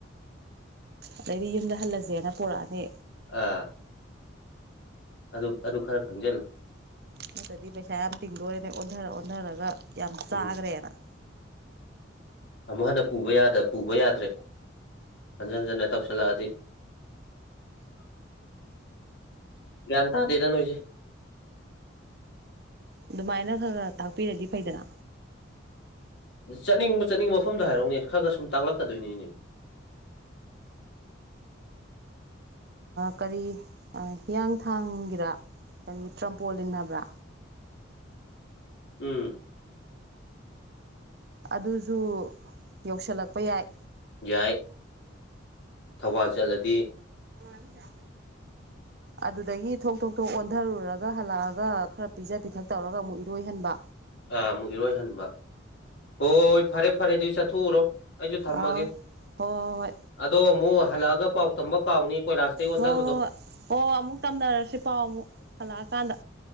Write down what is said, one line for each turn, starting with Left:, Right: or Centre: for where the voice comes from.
Right: ꯑꯗꯩꯗꯤ ꯌꯨꯝꯗ ꯍꯜꯂꯁꯦꯅ ꯄꯔꯛꯑꯅꯤ
Left: ꯑꯥ ꯑꯗꯨ ꯑꯗꯨ ꯈꯔ ꯈꯪꯁꯤꯜꯂꯨ
Right: ꯅꯠꯇꯗꯤ ꯄꯩꯁꯥ ꯌꯥꯝ ꯇꯤꯡꯗꯣꯔꯦꯅꯦ ꯑꯣꯟꯊꯔ ꯑꯣꯟꯊꯔꯒ ꯌꯥꯝ ꯆꯥꯈ꯭ꯔꯦꯅ
Left: ꯎꯝ
Right: <inaudible>
Left: ꯑꯃꯨꯛ ꯍꯟꯅ ꯄꯨꯕ ꯌꯥ ꯄꯨꯕ ꯌꯥꯗ꯭ꯔꯦ ꯍꯟꯖꯟ ꯍꯟꯖꯟꯅ ꯇꯧꯁꯜꯂꯛꯑꯗꯤ ꯒꯟ ꯇꯥꯗꯦꯗꯅꯣꯏꯁꯦ <unintelligible>
Right: ꯑꯗꯨꯃꯥꯏꯅ ꯈꯔ ꯈ ꯇꯥꯛꯄꯤꯔꯗꯤ ꯐꯩꯗꯅ
Left: ꯆꯠꯅꯤꯡꯕ ꯆꯠꯅꯤꯡꯕ ꯃꯐꯝꯗ ꯍꯥꯏꯔꯛꯎꯅꯦ ꯈꯔ ꯈꯔ ꯁꯨꯝ ꯇꯥꯛꯂꯛꯀꯗꯣꯏꯅꯤꯅꯦ <unintelligible>
Right: ꯀꯔꯤ ꯍꯤꯌꯥꯡꯊꯥꯡꯒꯤꯔ ꯀꯔꯤ ꯇ꯭ꯔꯝꯄꯣ ꯏꯟꯅꯕ꯭ꯔꯥ
Left: ꯎꯝ
Right: ꯑꯗꯨꯁꯨ ꯌꯧꯁꯤꯜꯂꯛꯄ ꯌꯥꯏ
Left: ꯌꯥꯏ ꯊꯧꯕꯥꯜ ꯆꯠꯂꯗꯤ
Right: ꯑꯅ ꯆ ꯑꯗꯨꯗꯒꯤ ꯊꯣꯛ ꯊꯣꯛ ꯊꯣꯛꯣꯛ ꯑꯣꯟꯊꯔꯨꯔꯒ ꯍꯜꯂꯛꯑꯒ ꯈꯔ ꯄꯤꯖ ꯄꯤꯊꯛ ꯇꯧꯔꯒ ꯑꯃꯨꯛ ꯏꯔꯣꯏꯍꯟꯕ
Left: ꯑꯥ ꯑꯃꯨꯛ ꯏꯔꯣꯏꯍꯟꯕ ꯍꯣꯏ ꯐꯔꯦ ꯐꯔꯦ ꯑꯗꯨ ꯆꯠꯊꯣꯛꯎꯔꯣ ꯑꯩꯁꯨ ꯊꯝꯃꯒꯦ
Right: ꯑꯥꯎ ꯍꯣꯏ ꯍꯣꯏ ꯍꯣꯏ
Left: ꯑꯗꯣ ꯑꯃꯨꯛ ꯍꯜꯂꯛꯑꯒ ꯄꯥꯎ ꯇꯝꯕ ꯀꯥꯎꯅꯤ ꯀꯣꯏꯂꯥꯁꯇꯩ ꯑꯣꯟꯊꯕꯗꯣ
Right: ꯍꯣꯏ ꯍꯣꯏ ꯍꯣꯏ ꯍꯣꯏ ꯍ ꯑꯃꯨꯛ ꯇꯝꯅꯔꯁꯤ ꯄꯥꯎ ꯑꯃꯨꯛ ꯍꯜꯂꯛꯑꯀꯥꯟꯗ